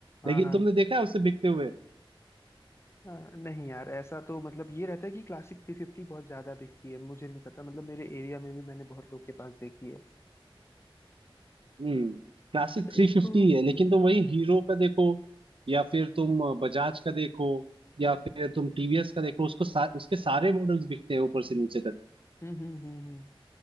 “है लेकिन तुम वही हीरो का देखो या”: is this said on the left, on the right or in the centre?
Right